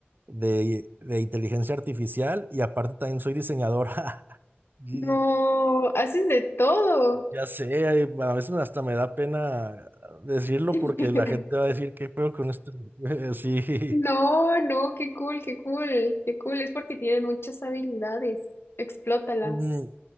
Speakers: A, on the right (about 50°); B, on the left (about 65°).
A: de, de inteligencia artificial y aparte también soy diseñador. <laughs> Y
B: No, haces de todo.
A: Ya sé, ay, a veces hasta me da pena decirlo
B: <laughs>
A: porque la gente va a decir, ¿qué peor con esto? <laughs> Sí,
B: No, no, qué cool, qué cool, qué cool. Es porque tienen muchas habilidades. Explótalas.
A: Mm,